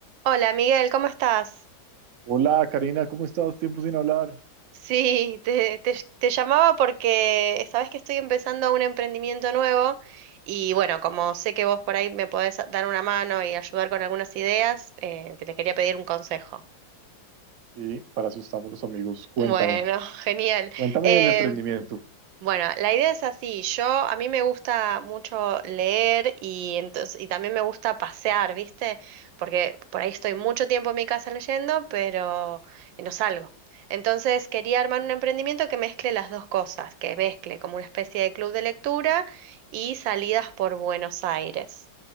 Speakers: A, on the right; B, on the right.
A: Hola Miguel, ¿cómo estás?
B: Hola Karina, ¿cómo estás? Tiempo sin hablar.
A: Sí, te, te- te llamaba porque sabes que estoy empezando un emprendimiento nuevo y bueno, como sé que vos por ahí me podés dar una mano y ayudar con algunas ideas, eh, que te quería pedir un consejo.
B: Y para eso estamos los amigos. Cuéntame,
A: Bueno, <laughs> genial.
B: cuéntame
A: Eh,
B: el emprendimiento.
A: Bueno, la idea es así. Yo, a mí me gusta mucho leer y entonces, y también me gusta pasear, ¿viste? Porque por ahí estoy mucho tiempo en mi casa leyendo, pero no salgo. Entonces quería armar un emprendimiento que mezcle las dos cosas, que mezcle como una especie de club de lectura y salidas por Buenos Aires.